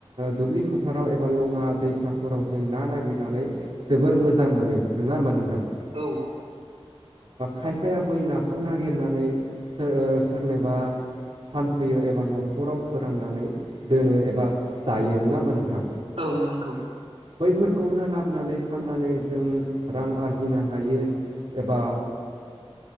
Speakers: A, on the right; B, on the right.
A: दुब्लि फोथाराव एबा लङा दैसा फोराव जों ना नागिरनानै जोबोर मोजां मोनो नङा होमबा नोंथां
B: औ
A: खायफाया बै नाखौ नागिरनानै सोरनिबा फानफैयो एबा न'खराव फोराननानै दोनो एबा जायो नोङा होमबा नोंथां
B: औ नंगौ
A: बैफोरखौनो लाबोनानै फाननानै जों रां आरजिनो हायो एबा